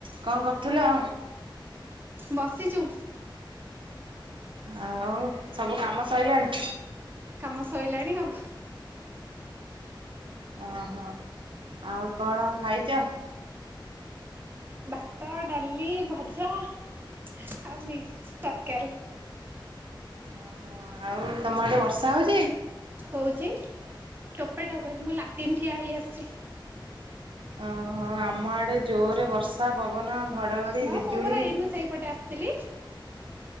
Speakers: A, on the right; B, on the right.
A: କଣ କରୁଥିଲ?
B: ବସିଚୁ।
A: ଆଉ ସବୁ କାମ ସଇଲାଣି?
B: କାମ ସୋଇଲାଣି ଆଉ
A: ଓହୋ ଆଉ କଣ ଖାଇଛ?
B: ଭାତ ଡାଲି ଭଜା ଆଉ ମିକ୍ସ ତରକାରୀ।
A: ଓ ହ ଆଉ ତମ ଆଡେ ବର୍ଷା ହଉଛି?
B: ହଉଛି ଟୋପେ ଟୋପେ ମୁଁ ଲାଟିନ ଠିଆ ହେଇ ଆସଛି।
A: ଓହୋ ଆମ ଆଡେ ଜୋରରେ ବର୍ଷା ପବନ ଘଡ଼ଘଡ଼ି
B: ମା
A: ବିଜୁଳି
B: ମୁଁ ପରା ଏଇନୁ ସେଇପଟେ ଆସିଥିଲି।